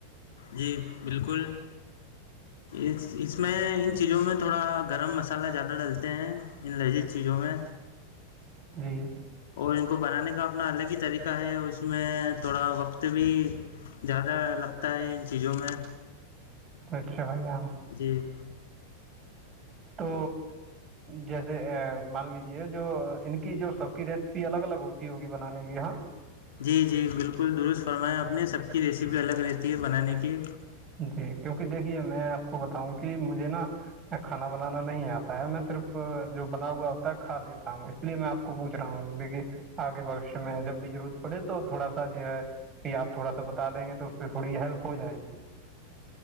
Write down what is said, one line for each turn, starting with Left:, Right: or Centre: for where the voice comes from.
Left: جی بالکل اس اس میں ان چیزوں میں تھوڑا گرم مسالحہ زیادہ ڈلتے ہیں ان لجی چیزوں میں
Right: جی جی
Left: اور ان کو بنانے کا اپنا الگ ہی طریقہ ہے اس میں تھوڑا وقت بھی زیادہ لگتا ہے ان چیزوں میں
Right: اچھا بھائییام
Left: جی
Right: تو جیسے مان لیجے جو ان کی جو سب کی ریسیپی الگ الگ ہوتی ہوگی بنانے کی ہاں
Left: جی جی بالکل درست فرمایا آ نے سب کی ریسیپی الگ رہتی ہے بنانے کی
Right: جی کیونکہ دیکھیے میں آپ کو بتاؤں کہ مجھے نا کھانا بنانا نہیں آتا ہے میں صرف جو بنا ہوا ہوتا ہے کھا لیتا ہوں اس لیے میں آپ کو پوچ رہا ہوں دیکھی کہ آگے بشش میں جب بھی ضرورت پڑے تو تھوڑا سا جو ہے پھر آپ تھوڑا سا بتا دیں گے تو اس سے تھوڑی ہیلپ ہو جائے گی